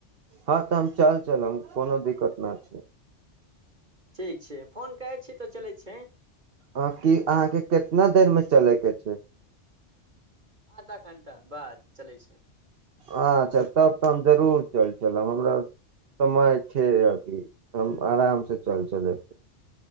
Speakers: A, on the right; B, on the right.
A: हँ तऽ हम चल चलब कोनो दिक्कत नहि छै
B: ठीक छै फोन कहै छियै तो चलै छियै
A: ह कि अहाँके कितना देरमे चलयके छै
B: आधा घण्टा बाद चलै छै
A: अच्छा तब तऽ हम जरूर चल चलब हमरा समय छै अथी हम आरामसँ चल चलय